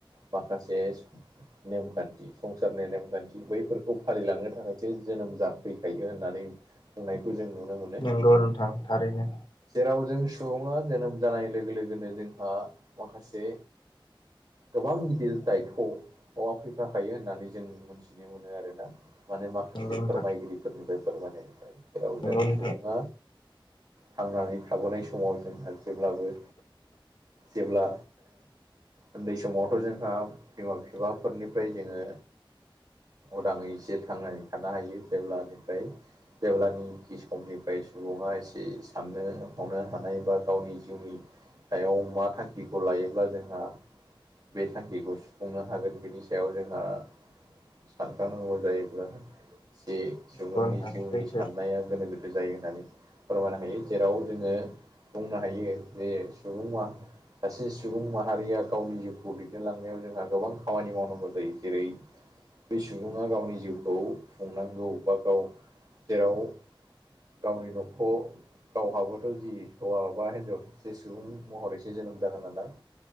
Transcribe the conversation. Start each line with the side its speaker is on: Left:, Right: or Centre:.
Right: माखासे नेमखान्थि संसारनि नेमखान्थि बैफोरखौ फालिलांनो थाखायसो जोनोम जाफैखायो होननानै बुंनायखौ जों नुनो मोनो
Left: नंगौ नोंथां थारैनो
Right: जेराव जों सुबुङा जोनोम जानाय लोगो लोगोनो जोंहा माखासे गोबां गिदिर दायथ'आ फैफाखायो होननानै जों मोन्थिनो मोनो आरोना माने माखासे
Left: नंगौ नोंथां
Right: फोरमायगिरिफोरनिफ्राय फोरमायनायनिफ्राय जेराव
Left: नंगौ
Right: जों
Left: नोंथां
Right: सुबुङा थांनानै थाबोनाय समाव जों आरो जेब्लाबो जेब्ला उन्दै समावथ' जोंहा बिमा बिफाफोरनिफ्राय जोङो उदाङै जे थांनानै थानो हायो जेब्लानिफ्राय जेब्लानोखि समनिफ्राय सुबुङा एसे साननो हनो हानाय बा गावनि जिउनि सायाव मा थांखिखौ लायोब्ला जोंहा बे थांखिखौ सुफुंनो हागोन बेनि सायाव जोंहा सानखानांगौ जायोब्ला जे
Left: नंगौ
Right: सुबुंनि
Left: नोंथां
Right: जिउनि
Left: सैथो
Right: साननाया गोनो गोथो जायो होननानै फोरमायनो हायो जेराव जोङो बुंनो हायो जे सुबुं सासे सुबुं माहारिया गावनि जिउखौ दैदेनलांनायाव जोंहा गोबां खामानि मावनांगौ जायो जेरै बे सुबुङा गावनि जिउखौ खुंनांगौ बा गाव जेराव गावनि न'खौ गावहाबोथ' जि हौवा बा हिनजाव जि सुबुं महरैसो जोनोम जागोन नालाय